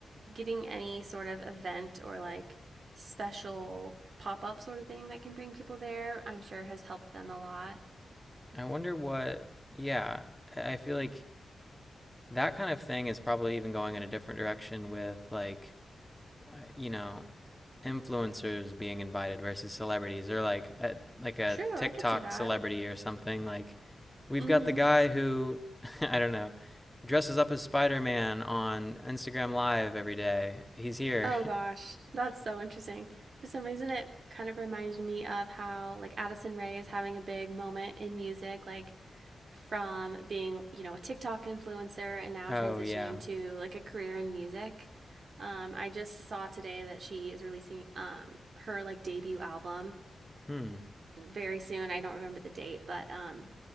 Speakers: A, on the right; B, in the centre.
A: getting any sort of event or like special pop-up sort of thing that can bring people there i'm sure has helped them a lot
B: I wonder what, yeah, I feel like that kind of thing is probably even going in a different direction with like, uh, you know, influencers being invited versus celebrities or like a, like a
A: true
B: TikTok
A: i could see that
B: celebrity or something like we've
A: mm-hmm
B: got the guy who <laughs> I don't know dresses up as Spider-Man on Instagram live every day. He's here.
A: Oh
B: <laughs>
A: gosh, that's so interesting. For some reason, it kind of reminded me of how like Addison Rae is having a big moment in music, like from being, you know, a TikTok influencer and now
B: Oh
A: transitioning
B: yeah.
A: to like a career in music. Um, I just saw today that she is releasing um her like debut album
B: Hmm.
A: very soon. I don't remember the date, but um